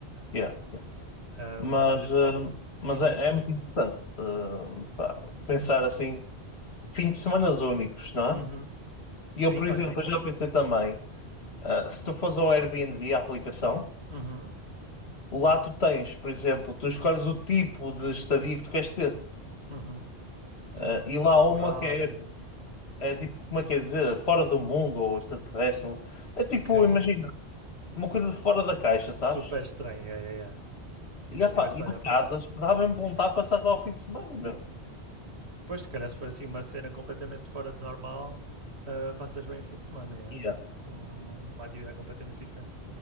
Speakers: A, on the right; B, on the left.
A: Claro.
B: yeah, yeah.
A: Ahm,
B: Mas,
A: olha,
B: eh, mas
A: diz,
B: é,
A: diz.
B: é muito importante eh, pá, pensar assim, fim de semanas únicos, não
A: Uhum.
B: é? E
A: Sim,
B: eu, por exemplo,
A: olha.
B: eu já pensei também, eh, se tu fores ao Airbnb, a aplicação,
A: Uhum,
B: lá tu tens, por exemplo, tu escolhes o tipo de estadia que tu queres ter.
A: uhum. Sim.
B: Eh, e lá
A: Tipo
B: há
A: rural
B: uma que é,
A: e...
B: é tipo, como é que é dizer, fora do mundo ou extraterrestre. É tipo,
A: Ok.
B: imagina, uma coisa fora da caixa, sabes?
A: Super estranho, é, é, é.
B: E,
A: E já
B: opa,
A: estiveste
B: e
A: a
B: uma
A: olhar
B: casa,
A: para isso.
B: acho que dá mesmo vontade de passar lá o fim de semana mesmo.
A: Depois, se calhar, se for assim uma cena completamente fora de normal, ah, passas bem o fim de semana, é.
B: Yeah.
A: Com uma atividade completamente diferente.